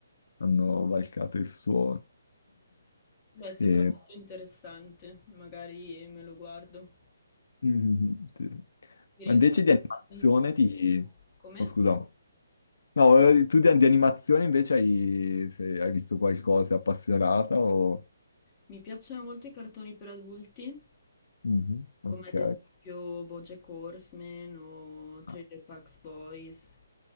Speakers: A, on the left (about 80°); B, on the left (about 20°).
A: hanno valcato il suo...
B: Beh, sembra
A: E...
B: molto interessante, magari me lo guardo.
A: Mm, sì.
B: Ti
A: Ma
B: ringrazio.
A: invece di animazione ti...
B: Come?
A: Oh, scusa. No, eh, tu di, di animazione invece hai, se hai visto qualcosa appassionata o...
B: Mi piacciono molto i cartoni per adulti,
A: Mhm, Ok,
B: come ad esempio BoJack Horseman o Trailer
A: Ah,
B: Park Boys.